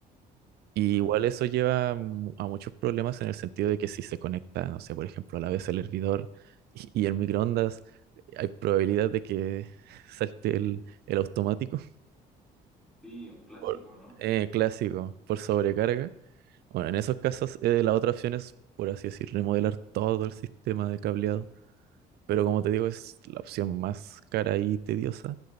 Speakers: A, on the right; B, in the centre.
A: Y
B: claro.
A: igual eso lleva mu- a muchos problemas en el sentido de que si se conecta, no sé, por ejemplo, a la vez el hervidor y, y el microondas, eh, hay probabilidad de que <laughs> salte el, el automático
B: Sí, un clásico,
A: por
B: ¿no? Sí,
A: eh, clásico, por sobrecarga. Bueno, en esos casos eh, la otra opción es, por así decir, remodelar todo el sistema de cableado. Pero como te digo, es la opción más cara y tediosa.